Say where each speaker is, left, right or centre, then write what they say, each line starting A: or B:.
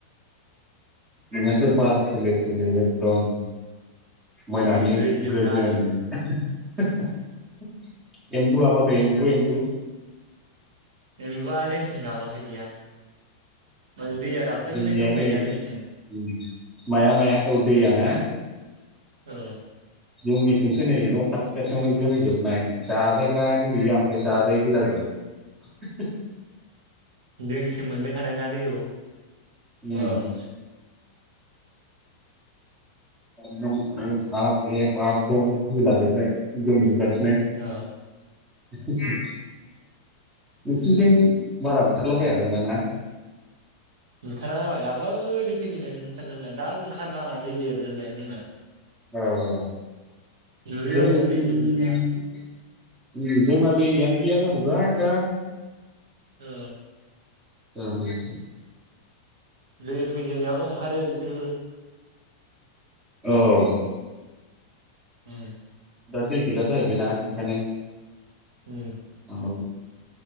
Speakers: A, on the right; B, on the right.
A: नोंङासो बार खोलो खोलो एकदम। मोनानि
B: उम दै जोबना
A: गोजोन
B: आरो
A: एम्बु गाबाखै एम्बु एम्बु?
B: एम्बुआ जोंनिथिं गााबाखै गैया। माने दैया दाख्लैनिफ्रायनो
A: जोंनिया
B: दंफैयोना
A: नै
B: जोंथिं
A: ओम माया माया औ दैयाा ना?
B: औ।
A: जोंनिथिंसो नै न' खाथि खाथियावनो गोमजोबनाय जाजाग्रायानो गैया ओमफ्राय जाजायि गोजा जोब।
B: जोंनिथिं मोननो थानाय नानै रुम
A: उम,
B: औ <unintelligible>
A: अ दं एब आब एब आब दं होलाजोबनाय गोमजोबगास
B: औ।
A: <unintelligible> नोंसिनिथिं बारा बुथारलाबाया गोनदां ना।
B: बुथारा जाबाय दाख्लैनो फैजेननायावसो बुथारदोमोन दा ओंखारलाना देरजोबनाय जोंना
A: ओ औ
B: दुब्लि
A: जोंनिथिं
B: बारियानो दैजोब नै दा
A: ओम जोंना दैैयानो गैया जाहैबाय दा
B: औ
A: जामबिसो
B: दै फैजेननायावल' ओंखारो बिसोरबो
A: औ
B: ओम
A: दा दै गैला जाहैबायना ओंखायनो।
B: हम
A: अ ओम